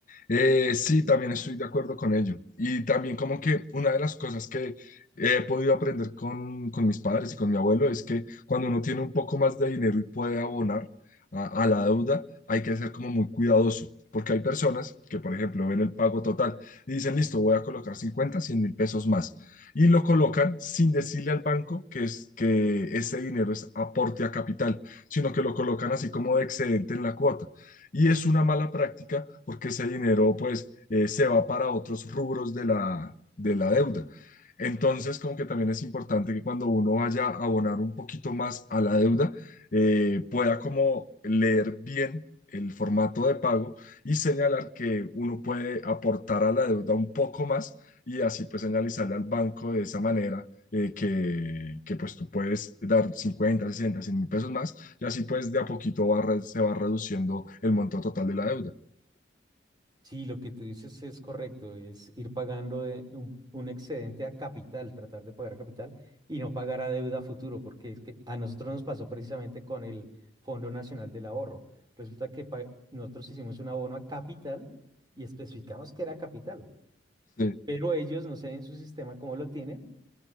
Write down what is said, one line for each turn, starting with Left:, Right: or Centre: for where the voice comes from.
Left: Eh, sí, también estoy de acuerdo con ello. Y también como que una de las cosas que he podido aprender con, con mis padres y con mi abuelo es que cuando uno tiene un poco más de dinero y puede abonar a, a la deuda, hay que ser como muy cuidadoso. Porque hay personas que, por ejemplo, ven el pago total y dicen, listo, voy a colocar cincuenta 100 mil pesos más. Y lo colocan sin decirle al banco que, es, que ese dinero es aporte a capital, sino que lo colocan así como de excedente en la cuota. Y es una mala práctica porque ese dinero pues eh, se va para otros rubros de la, de la deuda. Entonces, como que también es importante que cuando uno vaya a abonar un poquito más a la deuda, eh, pueda como leer bien el formato de pago y señalar que uno puede aportar a la deuda un poco más y así pues señalizarle al banco de esa manera eh, que, que pues tú puedes dar cincuenta sesenta 100 mil pesos más y así pues de a poquito va re- se va reduciendo el monto total de la deuda.
Right: Sí, lo que tú dices es correcto, es ir pagando de un, un excedente a capital, tratar de pagar a capital y no pagar a deuda a futuro, porque es que a nosotros nos pasó precisamente con el Fondo Nacional del Ahorro. Resulta que pa- nosotros hicimos un abono a capital y especificamos que era capital,
Left: Sí,
Right: pero ellos, no sé en su sistema cómo lo tienen,